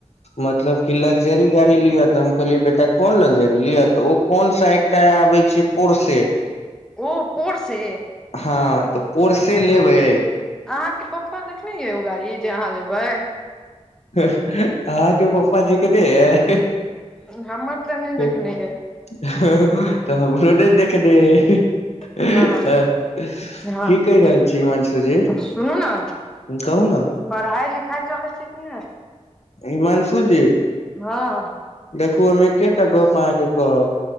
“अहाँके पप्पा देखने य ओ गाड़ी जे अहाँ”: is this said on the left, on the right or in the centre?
Centre